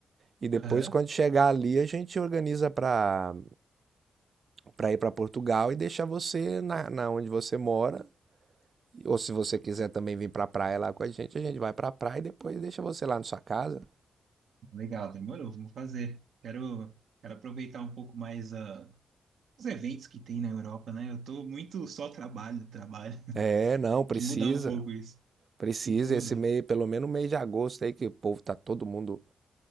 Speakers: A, on the right; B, on the right.
A: e depois
B: Aham.
A: quando chegar ali a gente organiza para para ir para Portugal e deixar você na, na onde você mora Ou se você quiser também vir pra praia lá com a gente, a gente vai pra praia e depois deixa você lá na sua casa.
B: Legal, demorou, vamos fazer. Quero, quero aproveitar um pouco mais ah, os eventos que tem na Europa, né? Eu tô muito só trabalho, trabalho. <laughs>
A: É, não,
B: Tem
A: precisa.
B: que mudar um pouco isso.
A: Precisa
B: Tem que mudar.
A: esse mês, pelo menos mês de agosto aí, que o povo tá todo mundo